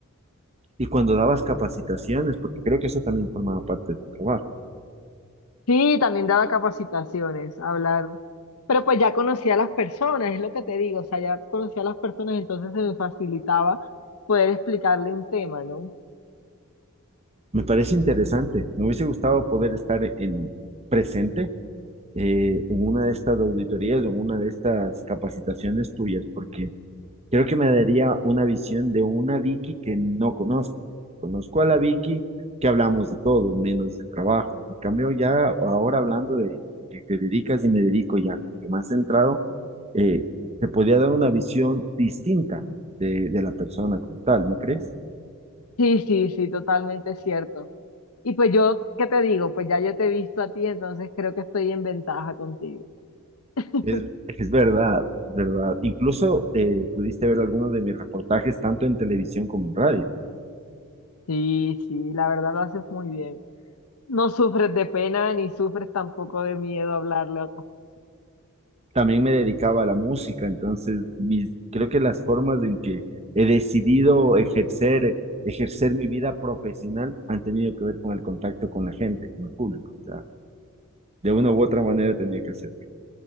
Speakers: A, on the right; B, on the left.
A: Y cuando dabas capacitaciones, porque creo que eso también formaba parte de tu trabajo.
B: Sí, también daba capacitaciones, hablar, pero pues ya conocía a las personas, es lo que te digo, o sea, ya conocía a las personas, entonces se me facilitaba poder explicarle un tema, ¿no?
A: Me parece interesante, me hubiese gustado poder estar en presente eh, en una de estas auditorías o en una de estas capacitaciones tuyas, porque Creo que me daría una visión de una Vicky que no conozco. Conozco a la Vicky que hablamos de todo, menos de trabajo. En cambio, ya ahora hablando de que te dedicas y me dedico ya, que más centrado, eh, te podría dar una visión distinta de, de la persona como tal, ¿no crees?
B: Sí, sí, sí, totalmente cierto. Y pues yo, ¿qué te digo? Pues ya yo te he visto a ti, entonces creo que estoy en ventaja contigo. <laughs>
A: Es, es verdad, es verdad. Incluso eh, pudiste ver algunos de mis reportajes tanto en televisión como en radio.
B: Sí, sí, la verdad lo haces muy bien. No sufres de pena ni sufres tampoco de miedo a hablarle a otras personas.
A: también me dedicaba a la música, entonces mis, creo que las formas en que he decidido ejercer, ejercer mi vida profesional han tenido que ver con el contacto con la gente, con el público. O sea, de una u otra manera tenía que hacer.